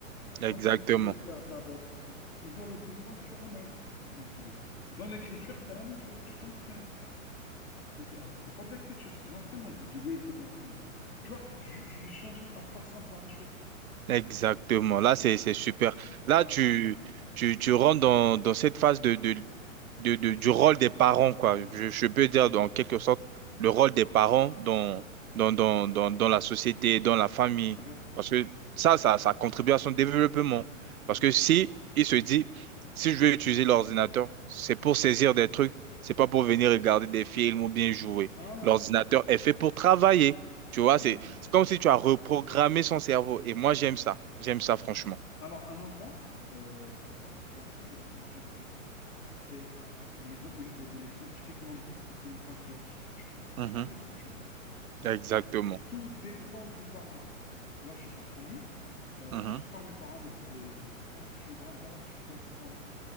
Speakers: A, on the left; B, on the right.
A: Par exemple,
B: Exactement.
A: quand tu veux faire de la boxe, c'est toujours le coup de poing que tu remets. Il m'a dit, oui. Dans l'écriture, c'est la même chose. Tu t'entraînes. Il m'a dit, alors, c'est pas de l'écriture, c'est de l'entraînement. Je lui dis, oui, c'est de l'entraînement. Tu vois, je, je lui ai changé sa façon de voir les choses.
B: Exactement. Là, c'est, c'est super. Là,
A: Voilà.
B: tu, tu, tu rentres dans, dans cette phase de, de,
A: Mm.
B: de, de- du rôle des parents, quoi.
A: Oui.
B: Je, je peux dire, en quelque sorte, le rôle des parents dans,
A: Mm. Oui,
B: dans, dans, dans, dans la société, dans la famille.
A: c'est bien.
B: Parce que ça,
A: Mm.
B: ça, ça contribue à son développement. Parce
A: Bien
B: que
A: sûr.
B: si il se dit, si je vais utiliser l'ordinateur, c'est pour saisir des trucs, c'est pas pour venir regarder des films ou bien jouer.
A: Voilà.
B: L'ordinateur est fait pour travailler. Tu
A: Voilà.
B: vois, c'est c'est comme si tu as reprogrammé son cerveau. Et moi, j'aime ça.
A: Voilà.
B: J'aime ça, franchement.
A: Alors, un enfant, euh, t'as pas encore d'enfant, mais je vais te dire, c'est, euh, euh, ils ont, ils- les scientifiques l'ont dit, c'est une page vierge. Tu peux programmer
B: Mhm.
A: ce que tu veux.
B: Exactement.
A: Donc, tout dépend du parent. Là, je comprends mieux. Euh,
B: Mhm.
A: à chaque fois, mes parents me disaient, quand tu grandiras, tu comprendras.